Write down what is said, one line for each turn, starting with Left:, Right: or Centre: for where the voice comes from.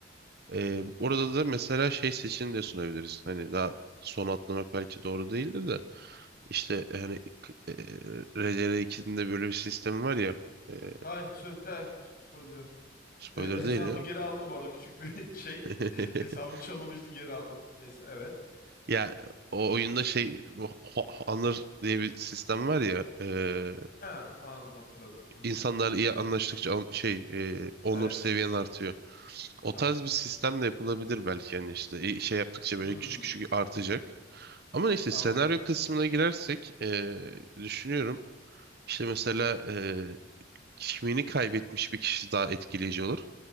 Right: Ee, orada da mesela şey seçeneğini de sunabiliriz. Hani daha son atlamak belki doğru değildir de. İşte hani k- e, RDR2'nin de böyle bir sistemi var ya. e,
Left: Hay, sö- he, spoiler
Right: spoiler
Left: E, e, hesabımı
Right: değil ya.
Left: geri aldım bu arada küçük bir <laughs> şey.
Right: <laughs>
Left: Hesabım çalınmıştı geri aldım. Neyse evet.
Right: Ya o oyunda şey bu ho- ho- honor diye bir sistem var ya. E,
Left: Ha anladım hatırladım. Hı hı.
Right: insanlar iyi anlaştıkça an- şey e, onur
Left: Evet
Right: seviyen artıyor. O
Left: aynen.
Right: tarz bir sistem de yapılabilir belki yani işte e, şey yaptıkça böyle
Left: Hmm,
Right: küçük küçük artacak. Ama neyse
Left: anladım.
Right: senaryo kısmına girersek e, düşünüyorum işte mesela e, kimliğini kaybetmiş bir kişi daha etkileyici olur.